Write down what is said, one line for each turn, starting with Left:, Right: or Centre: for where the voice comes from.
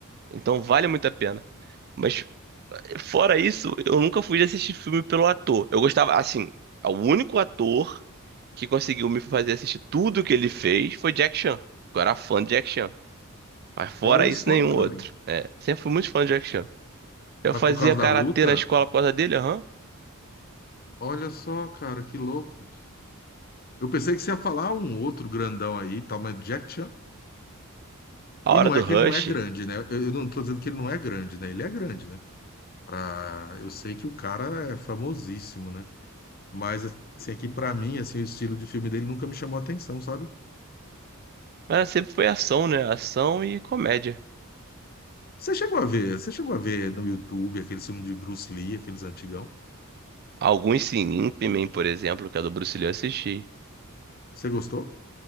Right: Então vale muito a pena. Mas Fora isso, eu nunca fui de assistir filme pelo ator. Eu gostava, assim, o único ator que conseguiu me fazer assistir tudo que ele fez foi Jack Chan. Eu era fã de Jack Chan. Mas fora
Left: Olha
Right: isso,
Left: só,
Right: nenhum
Left: cara.
Right: outro. É, sempre fui muito fã de Jack Chan. Eu
Left: Mas
Right: fazia
Left: por causa
Right: karatê
Left: da luta,
Right: na escola por causa dele, aham.
Left: olha só, cara, que louco. Eu pensei que você ia falar um outro grandão aí, tal, mas Jack Chan.
Right: A
Left: E
Right: Hora
Left: não
Right: do
Left: é que
Right: Rush.
Left: ele não é grande, né? Eu, eu não tô dizendo que ele não é grande, né? Ele é grande, né? Pra... Eu sei que o cara é famosíssimo, né? Mas assim, aqui pra mim, assim, o estilo de filme dele nunca me chamou a atenção, sabe?
Right: Mas sempre foi ação, né? Ação e comédia.
Left: Você chegou a ver, você chegou a ver no YouTube aquele filme de Bruce Lee, aqueles antigão?
Right: Alguns sim, Ip Man, por exemplo, que é do Bruce Lee, eu assisti.
Left: Você gostou?